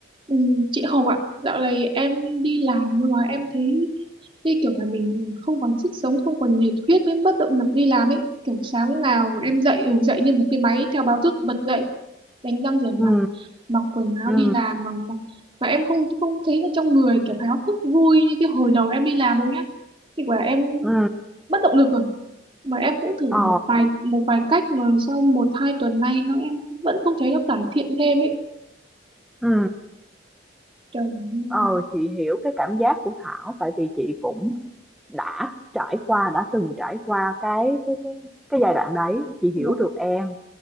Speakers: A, on the right; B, in the centre.
A: Ừ, chị Hồng ạ, dạo này em đi làm nhưng mà em thấy như kiểu là mình không còn sức sống, không còn nhiệt huyết mới mất động lực đi làm ấy. Kiểu sáng nào em dậy, ừ, dậy như một cái máy theo báo thức bật dậy, đánh răng rửa mặt,
B: ừ
A: mặc quần áo
B: ừ
A: đi làm mà mà, mà em không không thấy ở trong người kiểu háo hức vui như cái hồi đầu em đi làm đâu nhá. Thì quả em
B: ừ
A: mất động lực rồi. Mà em cũng thử
B: ờ,
A: một vài một vài cách mà sau một hai tuần nay nó em vẫn không thấy nó cải thiện thêm ấy.
B: ừ
A: Trời ơi.
B: ờ, chị hiểu cái cảm giác của Thảo tại vì chị cũng đã trải qua đã từng trải qua cái cái cái cái giai đoạn đấy, chị hiểu
A: Dạ,
B: được em